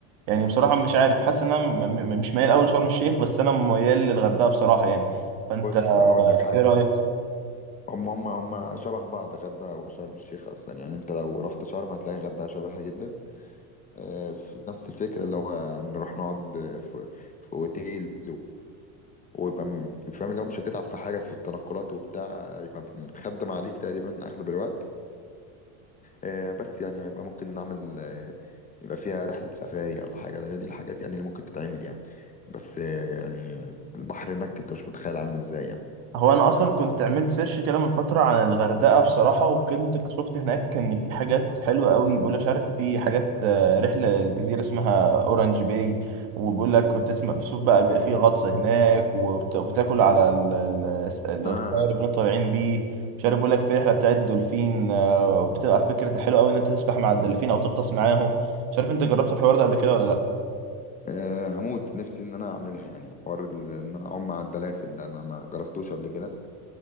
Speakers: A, on the right; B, on the left.
A: يعني بصراحه مش عارف حاسس ان انا م- م- مش ميال قوي لشرم الشيخ بس انا ميال للغردقه بصراحه يعني فانت
B: بص هقول لك حاجه
A: ايه رايك
B: هم هم هم شبه بعض غردقه وشرم الشيخ اصلا يعني انت لو رحت شرم هتلاقي غردقه شبهها جدا آه، في نفس الفكره اللي هو نروح نقعد في في اوتيل ويبقى م- فاهم اللي هو مش هتتعب في حاجة في التنقلات وبتاع هيبقى متخدم عليك تقريبا أغلب الوقت آه، بس يعني هيبقى ممكن نعمل آه، يبقى فيها رحلة سفاري ولا حاجة هي دي الحاجات يعني اللي ممكن تتعمل يعني بس آه، يعني البحر هناك أنت مش متخيل عامل إزاي يعني
A: هو انا اصلا كنت عملت سيرش كده من فتره عن الغردقه بصراحه وكنت شفت هناك ان في حاجات حلوه قوي بيقول مش عارف في حاجات آه، رحله الجزيره اسمها اورنج باي وبيقول لك بتسمع بتشوف بقى بيبقى في غطس هناك وبت- وبتاكل على ال- ال- ال-
B: اه
A: القارب اللي انتوا طالعين بيه مش عارف بيقول لك في رحله بتاعت الدولفين آه، بتبقى فكره حلوه قوي ان انت تسبح مع الدلافين او تغطس معاهم مش عارف انت جربت الحوار ده قبل كده ولا لا
B: آه، هموت نفسي ان انا اعملها يعني حوار ال- ان انا اعوم مع الدلافين ده انا ما جربتوش قبل كده